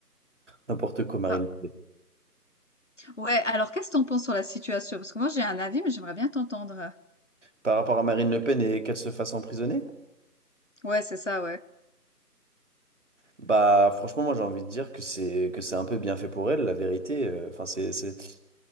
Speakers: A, on the right (about 45°); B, on the left (about 50°).
A: n'importe quoi, Marine
B: bah,
A: Le Pen.
B: ouais, alors qu'est-ce que t'en penses sur la situation? Parce que moi j'ai un avis, mais j'aimerais bien t'entendre.
A: Par rapport à Marine Le Pen et qu'elle se fasse emprisonner,
B: Ouais, c'est ça, ouais.
A: bah, franchement, moi, j'ai envie de dire que c'est que c'est un peu bien fait pour elle, la vérité. Euh, Enfin, c'est, c'est-